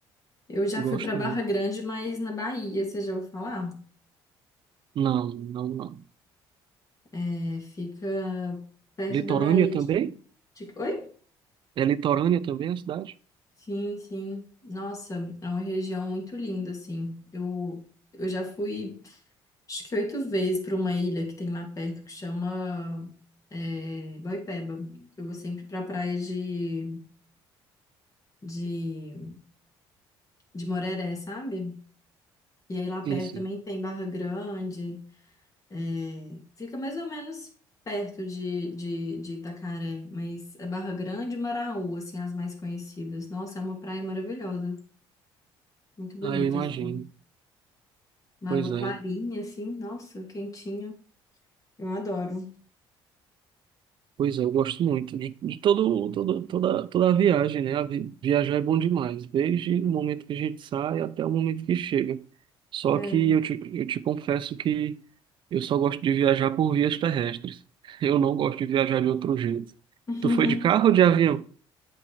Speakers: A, on the left; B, on the right.
A: Eu já
B: Gosto
A: fui para Barra
B: muito.
A: Grande, mas na Bahia, você já ouviu falar?
B: Não, não, não.
A: É, fica perto
B: Litorânea
A: da Bahia.
B: também?
A: de- de- Oi?
B: É Litorânea também a cidade?
A: Sim, sim. Nossa, é uma região muito linda, assim. Eu, eu já fui, acho que oito vezes para uma ilha que tem lá perto que chama é, Boipeba. Eu vou sempre para praia de de, de Moreré, sabe? E aí lá
B: Sim,
A: perto
B: sim.
A: também tem Barra Grande, é, fica mais ou menos perto de, de, de Itacaré, mas é Barra Grande e Maraú, assim, as mais conhecidas. Nossa, é uma praia maravilhosa, muito bonita,
B: Ah, eu imagino.
A: assim. Uma
B: Pois
A: água clarinha,
B: é.
A: assim, nossa, quentinha. Eu adoro.
B: Pois é, eu gosto muito. E, e todo, todo, toda, toda a viagem, né? A vi- viajar é bom demais, desde o momento que a gente sai até o momento que chega. Só
A: É.
B: que eu te, eu te confesso que eu só gosto de viajar por vias terrestres. <laughs> Eu não gosto de viajar de outro jeito.
A: <laughs>
B: Tu foi de carro ou de avião?